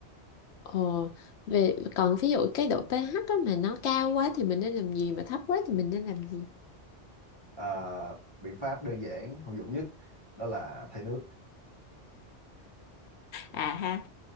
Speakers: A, on the left; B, on the right.
A: ờ về còn ví dụ cái độ pH á mà nó cao quá thì mình nên làm gì mà thấp quá thì mình nên làm gì
B: à, biện pháp đơn giản hữu dụng nhất đó là thay nước
A: à ha